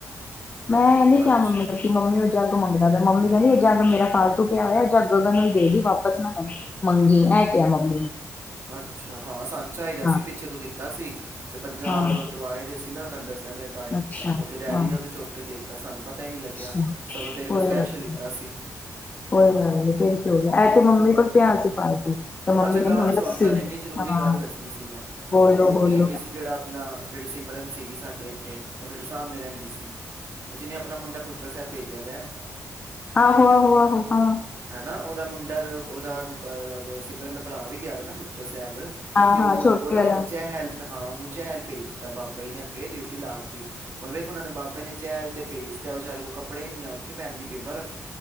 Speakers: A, on the left (about 25°); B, on the right (about 50°).
A: ਮੈਂ ਨੀ ਕਿਹਾ
B: ਅੱਛਾ
A: ਮੰਮੀ ਨੂੰ ਕਿ ਮੰਮੀ ਉਹ ਜੱਗ ਮੰਗਦਾ ਪਿਆ ਤੇ ਮੰਮੀ ਕਹਿੰਦੀ। ਜੱਗ ਮੇਰਾ ਫਾਲਤੂ ਪਿਆ ਹੋਇਆ ਜੱਗ ਉਹਨਾ ਨੂੰ ਦੇ ਦੀ ਵਾਪਸ ਨਾ ਮੰਗੀ ਐ ਕਿਹਾ ਮੰਮੀ ਨੇ।
B: ਅੱਛਾ ਹਾਂ ਸਾਨੂੰ ਚਾਹੀਦਾ
A: ਹਾਂ
B: ਸੀ ਪਿੱਛੇ ਤੂੰ ਦਿੱਤਾ ਸੀ। ਤੇ ਪੰਜਾਬ
A: ਹਾਂ
B: ਤੋਂ ਆਏ ਦੇ ਸੀ। ਕਿੰਨਾ ਕਰਦਾ ਸੀ। ਜਾਂ ਮੇਰੇ ਤਾਏ
A: ਅੱਛਾ
B: ਉੱਥੇ ਡੈਡੀ
A: ਹਾਂ
B: ਨੇ ਉਹਨੂੰ ਚੁੱਕ ਕੇ ਦੇ ਦਿੱਤਾ ਸਾਨੂੰ ਪਤਾ ਹੀ ਨਹੀਂ ਲੱਗਿਆ
A: ਅੱਛਾ
B: ਸਗੋਂ ਤੇਰੇ
A: ਕੋਈ
B: ਕੋਲ ਸਪੈਸ਼ਲ
A: ਗੱਲ
B: ਲਿੱਤਾ
A: ਨੀ
B: ਸੀ।
A: ਕੋਈ ਗੱਲ ਨਹੀਂ ਫਿਰ ਕੀ ਹੋ ਗਿਆ ਐ ਤੇ ਮੰਮੀ ਕੋਲ ਪਿਆ ਸੀ ਫਾਲਤੂ। ਤੇ ਮੰਮੀ
B: ਅੱਛਾ
A: ਕਹਿੰਦੀ
B: ਗੱਲ
A: ਹੁਣ ਲੱਸੀ
B: ਸੁਣ ਤੈਨੂੰ ਇੰਨੀ ਜ਼ਰੂਰੀ
A: ਹਾਂ
B: ਗੱਲ ਦੱਸਣੀ ਸੀ ਮੈਂ
A: ਬੋਲੋ-ਬੋਲੋ
B: ਉਹ ਨਹੀਂ ਹੈਗੀ ਸੀ ਜਿਹੜਾ ਆਪਣਾ ਜਿਹੜੀ ਸਿਮਰਨ ਸੀਗੀ ਸਾਡੇ ਇੱਥੇ । ਜਿਹੜੀ ਸਾਹਮਣੇ ਰਹਿੰਦੀ ਸੀ ਉਹ ਜਿਹਨੇ ਆਪਣਾ ਮੁੰਡਾ ਪੁੱਛੋ ਸਾਹਿਬ ਭੇਜਿਆ ਹੋਇਆ।
A: ਆਹੋ ਆਹੋ ਆਹੋ ਹਾਂ।
B: ਹਨਾ ਉਹਦਾ ਮੁੰਡਾ ਉਹਦਾ ਅਹ ਸਿਮਰਨ ਦਾ ਭਰਾ ਵੀ ਗਿਆ ਹੋਇਆ ਨਾ ਪੁੱਛੋ ਸਾਹਿਬ। ਸਾਹਿਬ
A: ਹਾਂ-ਹਾਂ
B: ਤੇ ਉਹਨੂੰ
A: ਛੋਟੀ
B: ਅੱਗੋਂ ਨਾ
A: ਵਾਲਾ
B: ਉਹਨੂੰ ਚਹਿਲ ਮੈਂ ਹਾਂ ਉਹਨੂੰ ਚਹਿਲ ਭੇਜਤਾ ਬਾਬਾ ਜੀ ਨੇ ਅੱਗੇ ਡਿਊਟੀ ਲਾ ਦਿੱਤੀ। ਹੁਣ ਵੇਖੋ ਉਹਨਾਂ ਨੇ ਬਾਬੇ ਨੇ ਚਹਿਲ ਤੇ ਭੇਜ। ਤੇ ਵਿਚਾਰੇ ਕੋਲ ਕੱਪੜੇ ਨਹੀਂ ਆ ਉੱਥੇ ਪੈਂਦੀ ਪਈਆ ਬਰਫ਼